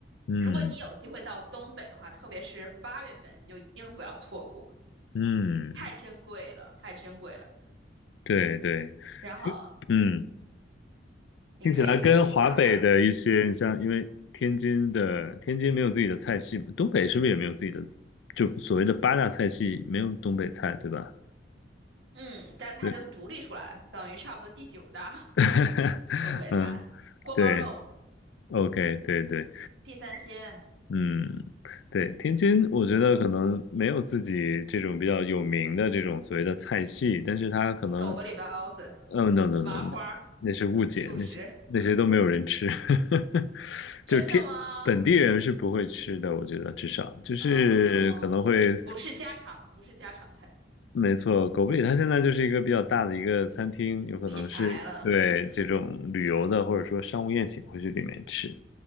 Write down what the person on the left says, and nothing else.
嗯
嗯，
对对，
听嗯，
听起来跟华北的一些，你像因为天津的天津没有自己的菜系嘛，东北是不是也没有自己的，就所谓的八大菜系没有东北菜，对吧？
对，
<laughs>
嗯，
对。OK，对对，
嗯，
对，天津，我觉得可能没有自己这种比较有名的这种所谓的菜系，但是它可能，
嗯 n o no
no，那是误解，
那些那些都没有人吃，<laughs>
就是天本地人是不会吃的，我觉得至少就是可能会。
没错，狗不理它现在就是一个比较大的一个餐厅，有可能是对这种旅游的或者说商务宴请会去里面吃。